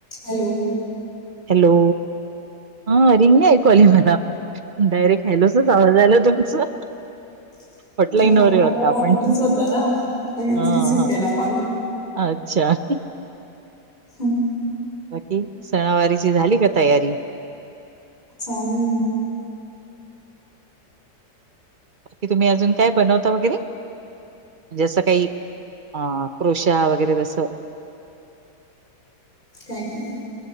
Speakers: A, on the left; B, on the right.
A: Hello.
B: Hello, हा ring नाही ऐकू आली मला. डायरेक्ट हॅलोचाच आवाज आला तुमचा.
A: <unintelligible>
B: हॉटलाईनवर
A: होता
B: आहे वाटतं आपण
A: ना, मीच
B: हा
A: रिसीव
B: हा
A: केला कॉल.
B: अच्छा.
A: हम्.
B: बाकी सणावारीची झाली का तयारी
A: चालू आहे ना.
B: बाकी तुम्ही अजून काय बनवता वगैरे जसं काही अ क्रृशा वगैरे जसं.
A: काय काय?